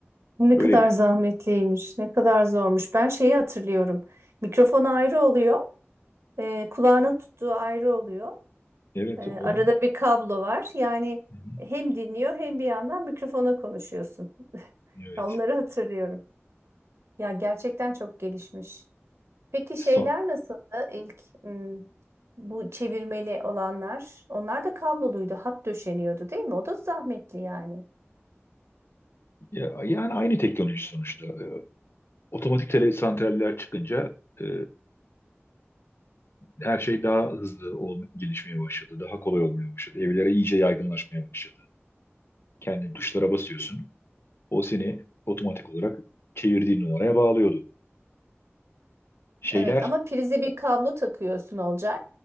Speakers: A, on the right; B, on the left.
A: Ne
B: Öyleydi.
A: kadar zahmetliymiş, ne kadar zormuş. Ben şeyi hatırlıyorum. Mikrofon ayrı oluyor, e, kulağına tuttuğu ayrı oluyor.
B: Evet
A: Ee,
B: o.
A: arada bir kablo var. Yani
B: Hı hı.
A: hem dinliyor hem bir yandan mikrofona konuşuyorsun.
B: Evet.
A: Ya onları hatırlıyorum. Ya gerçekten çok gelişmiş. Peki şeyler
B: Son,
A: nasıldı ilk hmm, bu çevirmeli olanlar? Onlar da kabloluydu. Hat döşeniyordu değil mi? O da zahmetli yani.
B: ya, yani aynı teknoloji sonuçta. E, otomatik tele santraller çıkınca e, her şey daha hızlı ol, gelişmeye başladı. Daha kolay olmaya başladı. Evlere iyice yaygınlaşmaya başladı. Kendi tuşlara basıyorsun. O seni otomatik olarak çevirdiğin numaraya bağlıyordu. Şeyler
A: Evet ama prize bir kablo takıyorsun Olcay.